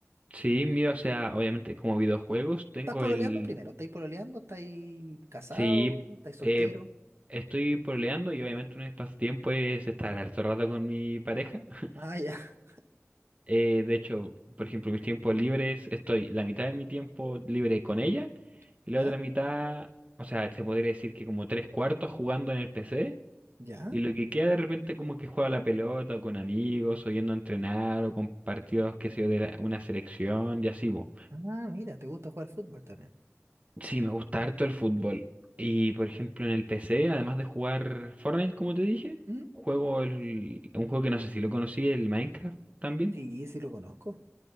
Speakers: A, on the right; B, on the right.
A: Sí, mira, o sea, obviamente como videojuegos tengo
B: ¿Estás pololeando
A: el...
B: primero? ¿Estáis pololeando? ¿Estáis casado?
A: Sí,
B: ¿Estáis soltero?
A: eh, estoy pololeando y obviamente un de mis es estar harto rato con mi pareja. <laughs>
B: Ah, ya.
A: Eh, de hecho, por ejemplo, mis tiempos libres, estoy la mitad de mi tiempo libre con ella
B: <laughs>
A: y
B: ¿Ya?
A: la otra mitad, o sea, se podría decir que como tres cuartos jugando en el PC.
B: ¿Ya?
A: Y lo que queda de repente como que juega la pelota o con amigos, o yendo a entrenar, o con partidos, qué sé yo, de la- una selección y así, bo.
B: Ah, mira, te gusta jugar fútbol también.
A: Sí, me gusta harto el fútbol. Y por
B: Ya.
A: ejemplo en el PC, además de jugar Fortnite, como te dije,
B: ¿Mm?
A: juego el, un juego que no sé si lo conocí, el Minecraft también.
B: Sí, sí lo conozco.